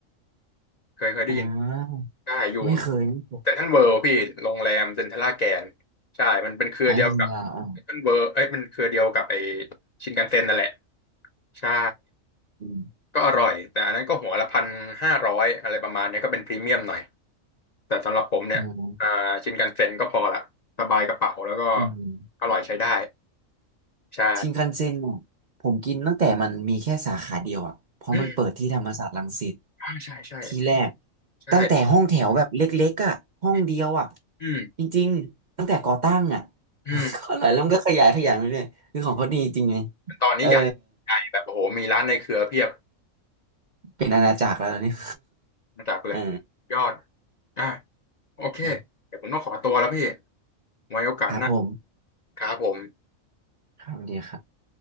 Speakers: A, on the left; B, on the right.
A: เคยเคยได้ยิน
B: อ่า
A: ใช่อยู่
B: ไม่เคยไม่เคย
A: เซ็นทรัลเวิลด์พี่โรงแรมเซ็นทรัลลาดแกนใช่มันเป็นเครือเดียวกับเซ็นทรัลเวิลด์เอ้ยมันเครือเดียวกับไอ
B: อ่ายินเยอ่า
A: ชินคันเซ็นนั่นแหละใช่
B: อืม
A: ก็อร่อยแต่อันนั้นก็หัวละพันห้าร้อยอะไรประมาณเนี้ยก็เป็นพรีเมียมหน่อยแต่สำหรับผมเนี่ยอ่าชินคันเซ็นก็พอละสบายกระเป๋าแล้วก็
B: อ่าอืม
A: อร่อยใช้ได้ใช่
B: ชินคันเซ็นเนี่ยผมกินตั้งแต่มันมีแค่สาขาเดียวอ่ะเพราะมันเปิดที่ธรรมศาสตร์รังสิต
A: อืมอ่าใช่ใช่
B: ที่แรก
A: ใช่
B: ตั้งแต่ห้องแถวแบบเล็กๆอ่ะห้องเดียวอ่ะ
A: อืมอืม
B: จริงๆตั้งแต่ก่อตั้งอ่ะ
A: อืม
B: <laughs> ก็หลายแล้วมันก็ขยายขยายไปเรื่อยคือของเขาดีจริงไง
A: ตอนนี้ใหญ่ใหญ่แบบโอ้โหมีร้านในเครือเพียบ
B: เออ เป็นอาณาจักรแล้วเนี่ย
A: ระดับเลย
B: <laughs> อ
A: ยอดอ่ะโอเคเดี๋ยวผมต้องขอตัวแล้วพี่
B: ่า
A: ไว้โอกาสหน้า
B: ครับผม
A: ครับผม
B: ครับสวัสดีครับ